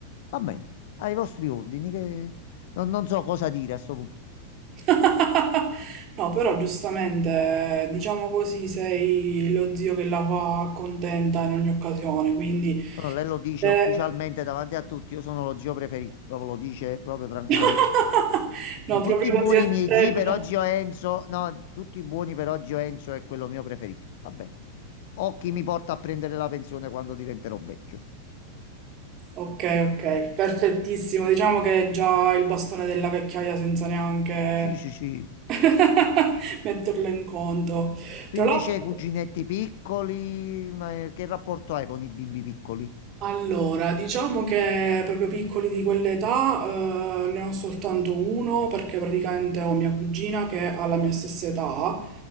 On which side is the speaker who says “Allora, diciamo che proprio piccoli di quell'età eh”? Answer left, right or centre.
Right